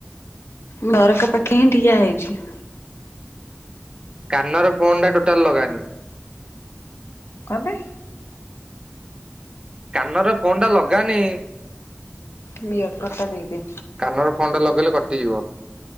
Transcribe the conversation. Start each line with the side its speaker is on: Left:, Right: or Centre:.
Left: ଘର କ ପାଖେ ହିଁ ଠିଆ ହେଇଛି
Right: କାନର ଫୋନ୍ ଟା ଟୋଟାଲ ଲଗାନ
Left: କହିବେ
Right: କାନରେ ପୋଣ ଟା ଲଗାନି
Left: ମୁଁ ଇୟରକଡ ଟା ଦେଇଦିଏ
Right: କାନର ଫଣ୍ଡା ଲଗେଇଲେ କଟିଯିବ